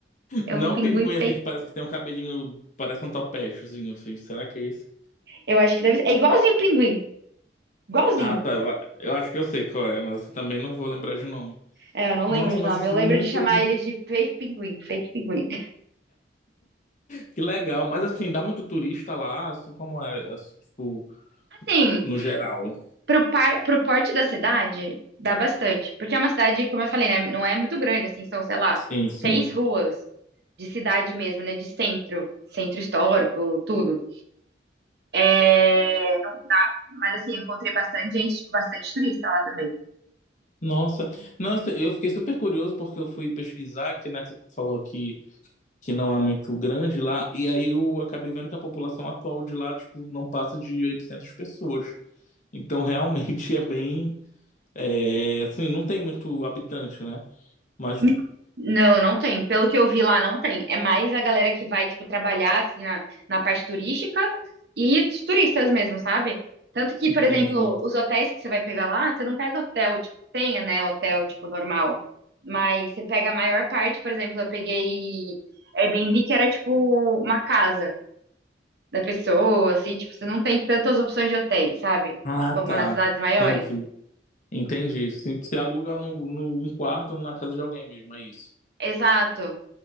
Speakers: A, on the right; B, on the left.
A: É
B: Não
A: um pinguim
B: pinguim
A: fake.
B: assim que parece que tem um cabelinho, parece um topechozinho, assim. Será que é esse?
A: Eu acho que deve ser. É igualzinho o pinguim. Igualzinho.
B: Ah, tá. Eu, a- eu acho que eu sei qual é, mas assim, também não vou lembrar de nome.
A: É, eu não
B: Nossa,
A: lembro de
B: mas
A: nome.
B: assim,
A: Eu lembro
B: muito,
A: de chamar
B: muito.
A: ele de fake pinguim. Fake pinguim.
B: Que legal. Mas assim, dá muito turista lá, assim como é, assim, tipo,
A: Assim,
B: no geral.
A: pro, par, pro porte da cidade, dá bastante. Porque é uma cidade, como eu falei, né? Não é muito grande, assim, são, sei lá,
B: Sim, sim.
A: seis ruas de cidade mesmo, né? De centro, centro histórico, tudo. É... Mas assim, eu encontrei bastante gente, tipo, bastante turista lá também.
B: Nossa, não, eu fiquei super curioso porque eu fui pesquisar que, né, você falou que que não é muito grande lá, e aí eu acabei vendo que a população atual de lá, tipo, não passa de 800 pessoas. Então, <laughs> realmente é bem, é, assim, não tem muito habitante, né? Mas,
A: Hum, Não, não tem. Pelo que eu vi lá, não tem. É mais a galera que vai, tipo, trabalhar, assim, na, na parte turística e os turistas mesmo, sabe? Tanto que,
B: entendi.
A: por exemplo, os hotéis que você vai pegar lá, você não pega hotel, tipo, tenha, né, hotel, tipo, normal. Mas você pega a maior parte, por exemplo, eu peguei Airbnb, que era, tipo, uma casa da pessoa, assim, tipo, você não tem tantas opções de hotéis, sabe?
B: Ah,
A: Como
B: tá.
A: nas cidades maiores.
B: Entendi. Entendi. Sim, Você aluga num no, no- um quarto na casa de alguém mesmo, é isso.
A: Exato.